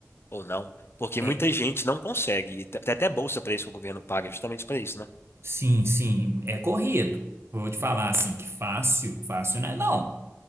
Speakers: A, on the left; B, on the right.
A: ou não? Porque
B: é,
A: muita gente não consegue. E Tem até bolsa para isso que o governo paga, justamente para isso, né?
B: sim, sim, é corrido. Vou te falar assim, que fácil, fácil não é não.